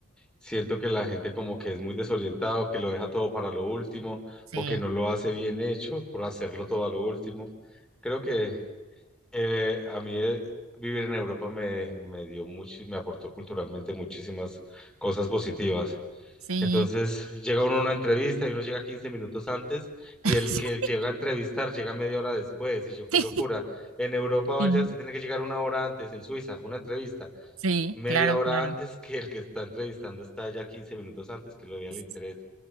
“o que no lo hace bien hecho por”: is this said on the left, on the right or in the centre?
Centre